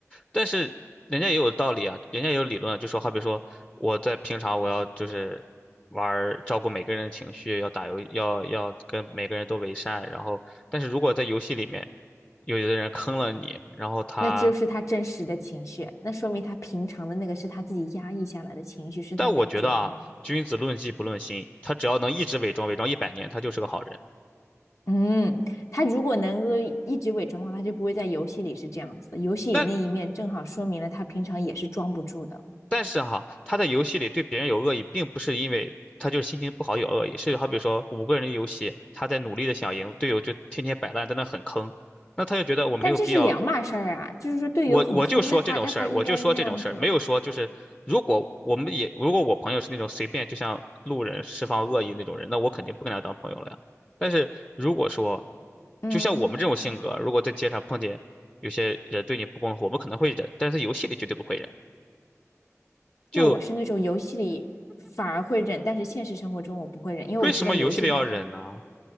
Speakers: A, on the left; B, on the left.
A: 但是人家也有道理啊，人家也有理论啊，就说好比说我在平常我要就是玩儿照顾每个人的情绪，要打游要要跟每个人都为善，然后但是如果在游戏里面有的人坑了你，然后他，
B: 那就是他真实的情绪，那说明他平常的那个是他自己压抑下来的情绪，是他伪装的。
A: 但我觉得啊，君子论迹不论心，他只要能一直伪装伪装一百年，他就是个好人。
B: 嗯，他如果能够一直伪装的话，他就不会在游戏里是这样子的。游戏里那一面正好说明了他平常也是装不住的，
A: 那但是哈，他在游戏里对别人有恶意，并不是因为他就是心情不好有恶意，是好比说五个人的游戏，他在努力的想赢，队友就天天摆烂，在那很坑，那他就觉得我没有必要，
B: 但这是两码事儿啊。就是说队友很坑，
A: 我我就说这种事儿，
B: 那他那他应该那样做。
A: 我就说这种事儿，没有说就是如果我们也如果我朋友是那种随便就像路人释放恶意那种人，那我肯定不跟他当朋友了呀。但是如果说
B: 嗯，
A: 就像我们这种性格，如果在街上碰见有些人对你不公，我们可能会忍，但是在游戏里绝对不会忍。就
B: 那我是那种游戏里反而会忍，但是现实生活中我不会忍，因为我知道游戏它
A: 为什么游戏里要忍呢？